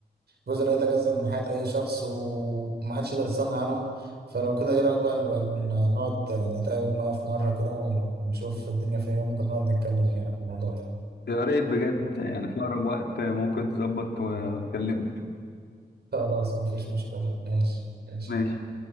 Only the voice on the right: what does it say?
جزء لا يتجزأ من حياة أي شخص و- ومحدش يقدر يستغنى عنهم فلو كده إيه رأيك بقى نبقى ن- نقعد نتقابل بقى في مرة كده ونشوف الدنيا فين وممكن نقعد نتكلم يعني في الموضوع ده
خلاص مفيش مشكلة ماشي ماشي